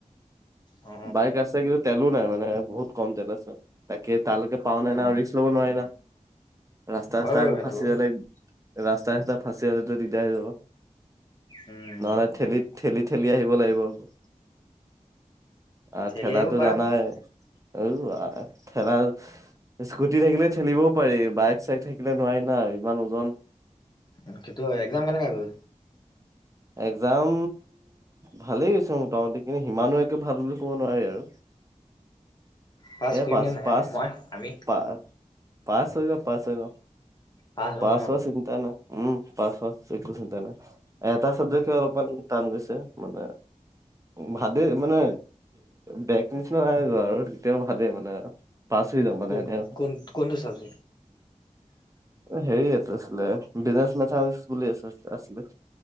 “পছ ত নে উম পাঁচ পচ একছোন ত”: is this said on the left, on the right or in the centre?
Right